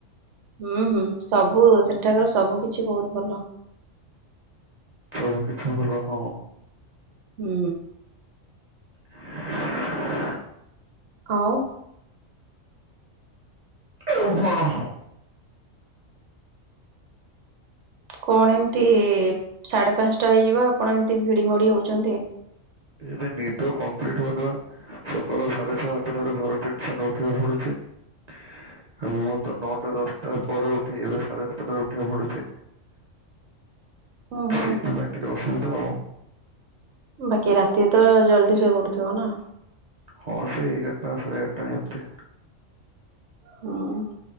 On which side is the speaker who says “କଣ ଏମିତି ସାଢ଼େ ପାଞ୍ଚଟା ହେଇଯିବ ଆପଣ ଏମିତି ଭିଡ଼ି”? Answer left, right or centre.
Right